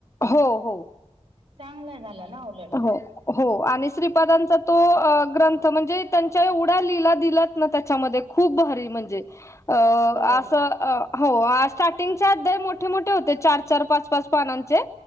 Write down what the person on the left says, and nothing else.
हो हो.
हो हो आणि श्रीपादांचा तो ग्रंथ म्हणजे त्यांच्या एवढ्या लीला दिल्यात ना त्याच्यामध्ये खुप भारी म्हणजे असं
हो स्टार्टिंगच्या अध्याय मोठे मोठे होते चार-चार, पाच-पाच पानांचे,